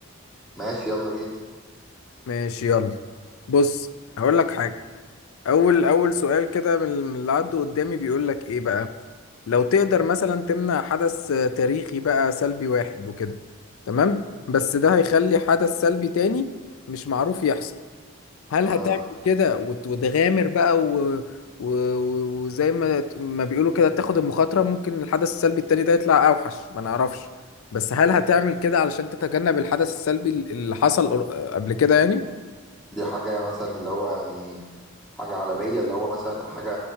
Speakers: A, in the centre; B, on the left (about 80°).
A: ماشي يلا بينا
B: ماشي يلا بص هقول لك حاجه اول اول سؤال كده من من اللي عدوا قدامي بيقول لك ايه بقى لو تقدر مثلا تمنع حدث تاريخي بقى سلبي واحد وكده تمام بس ده هيخلي حدث سلبي تاني مش معروف يحصل هل هتعمل
A: اه
B: كده وت- وتغامر بقى و... و... وزي ما ما بيقولوا كده تاخد المخاطرة ممكن الحدث السلبي التاني ده يطلع أوحش ما نعرفش بس هل هتعمل كده علشان تتجنب الحدث السلبي اللي حصل قر- قبل كده يعني؟
A: دي حاجه مثلا اللي هو يعني حاجه عالميه اللي هو مثلا حاجه